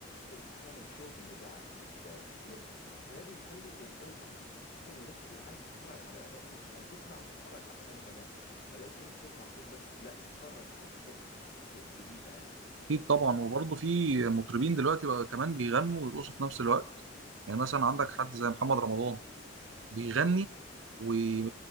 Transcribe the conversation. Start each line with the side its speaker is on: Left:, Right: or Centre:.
Left: بقيت بتعمل شو في البتاع في ال- في الكليب فده بيخلي اقبال اكتر وناس كتير عايزه تتفرج على الاغاني ت- يعني تسمع وتتفرج على الاغاني كمان ما بقتش ان انت تسمع صوت بس لا تتفرج على حاجات ت- جديده يعني
Right: اكيد طبعا وبرضه في مطربين دلوقتي بقى كمان بيغنوا ويرقصوا في نفس الوقت يعني مثلا
Left: امم
Right: عندك حد زي محمد رمضان بيغني
Left: ايوه
Right: وي-